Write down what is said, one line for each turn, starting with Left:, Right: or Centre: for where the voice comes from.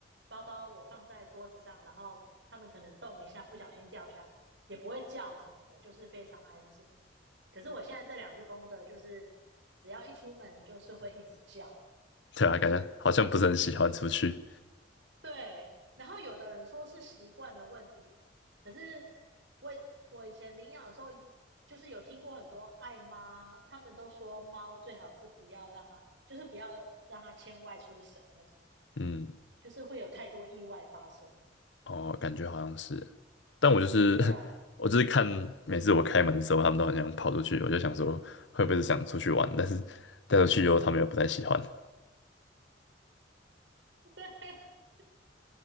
Right: 包包我放在桌子上，然后他们可能动一下，不小心掉下来，也不会叫什么的，就是非常安静。可是我现在这两只公的，就是只要一出门就是会一直叫，
Left: 对啊，感觉好像不是很喜欢出去。
Right: 对。然后有的人说是习惯的问题，可是我我以前领养的时候，就是有听过很多爱妈，他们都说猫最好是不要让它，就是不要让它牵外出省那
Left: 嗯。
Right: 就是会有太多意外发生了。
Left: 哦，感觉好像是，但我就是
Right: 对啊，
Left: <laughs> 我就是看每次我开门的时候，他们都很想跑出去，我就想说会不会是想出去玩，但是带出去以后他们又不太喜欢，
Right: <laughs> 对，